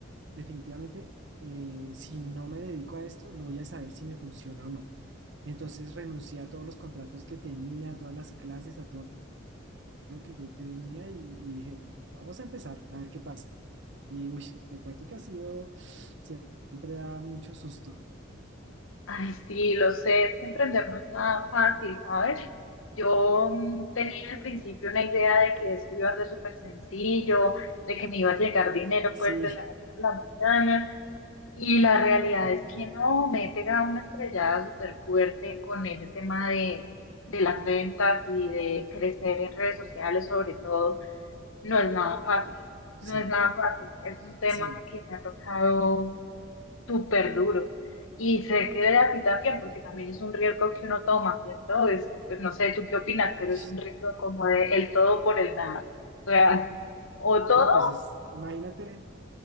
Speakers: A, on the right; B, on the left.
A: definitivamente, eh, si no me dedico a esto, no voy a saber si me funciona o no. Entonces renuncié a todos los contratos que tenía, a todas las clases, a todo lo que yo tenía y, y dije, vamos a empezar a ver qué pasa. Y uy, te cuento que ha sido, siempre da mucho susto.
B: Ay, sí, lo sé, es que emprender no es nada fácil, ¿sabes? Yo mm, tenía al principio una idea de que esto iba a ser súper sencillo, de que me iba a llegar dinero
A: Sí,
B: pues de la noche a la mañana, Y la realidad
A: <laughs>
B: es que no, me he pegado una estrellada súper fuerte con ese tema de, de las ventas y de crecer en redes sociales, sobre todo. No es nada fácil, no
A: sí,
B: es nada fácil. Es un tema
A: sí.
B: que me ha tocado súper duro. Y sé que de a ti también, porque también es un riesgo que uno toma, ¿cierto? Es, pues no sé tú qué opinas, pero
A: Uy,
B: es un riesgo como de el todo por el nada. O sea, o todo
A: No, pues es, imagínate,